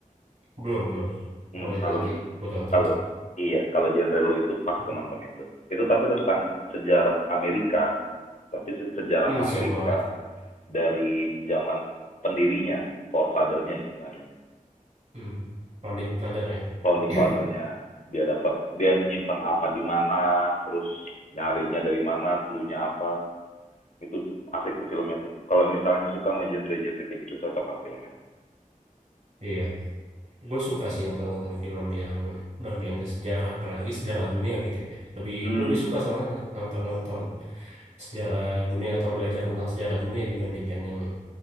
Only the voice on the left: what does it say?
hmm,
kalau
Kalau
iya, kalau genre lo itu pas
tuh nonton itu. Itu tapi tentang sejarah Amerika, tapi se- sejarah
Amerika
dari zaman pendirinya, forefather-nya istilahnya,
founding
father-nya. Dia dapat dia nyimpan apa di mana, terus nyarinya dari mana, clue-nya apa. Itu asik tuh filmnya tuh. Kalau misalnya suka sama genre-genre kayak gitu cocok kan filmnya tuh.
Hmm.